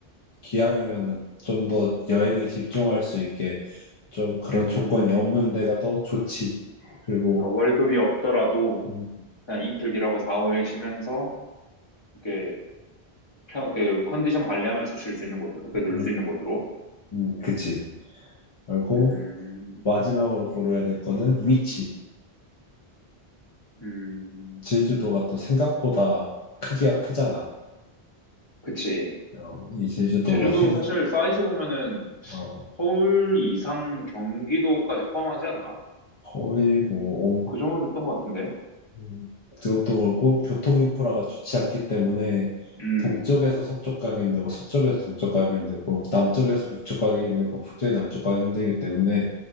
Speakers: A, on the left; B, on the left.
A: 기왕이면은 좀 더 여행에 집중할 수 있게 좀 그런
B: 음.
A: 조건이 없는 데가 더 좋지. 그리고
B: 그러니까 월급이 없더라도
A: 음,
B: 그냥 이틀 일하고 4, 5일 쉬면서, 이렇게, 편, 그, 컨디션 관리하면서 쉴 수 있는 곳으로, 그, 놀
A: 음,
B: 수 있는 곳으로.
A: 음, 그치. 그리고
B: 음,
A: 마지막으로 고려해야 될 거는 위치.
B: 음.
A: 제주도가 또 생각보다 크기가 크잖아.
B: 그치.
A: 어, 이 제주도가
B: 제주도
A: 생,
B: 사실 사이즈 보면은
A: 어,
B: 서울 이상 경기도까지 포함하지 않나?
A: 거의 뭐 엄-
B: 그 정도 됐던 것 같은데.
A: 음, 그것도 그렇고 교통 인프라가 좋지 않기 때문에
B: 음.
A: 동쪽에서 서쪽 가기 힘들고 서쪽에서 동쪽 가기 힘들고 남쪽에서 북쪽 가기 힘들고 북쪽에서 남쪽 가기 힘들기 때문에